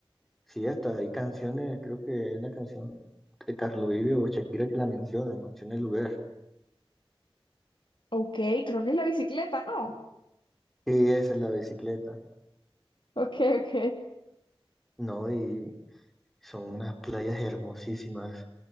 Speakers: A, in the centre; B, on the left.
A: sí, hasta hay canciones, creo que hay una canción de Carlos Vives o Shakira que la menciona, menciona el lugar.
B: Ok, creo que es la bicicleta, ¿no?
A: Sí, esa es la bicicleta.
B: Ok, ok.
A: No, y Son unas playas hermosísimas.